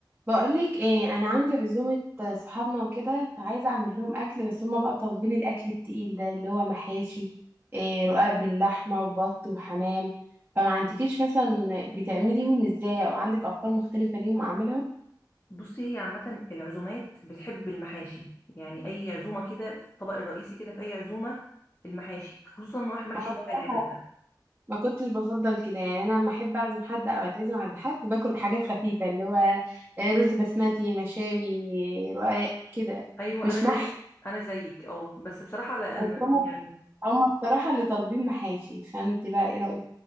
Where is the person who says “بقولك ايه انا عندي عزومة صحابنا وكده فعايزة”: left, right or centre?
Right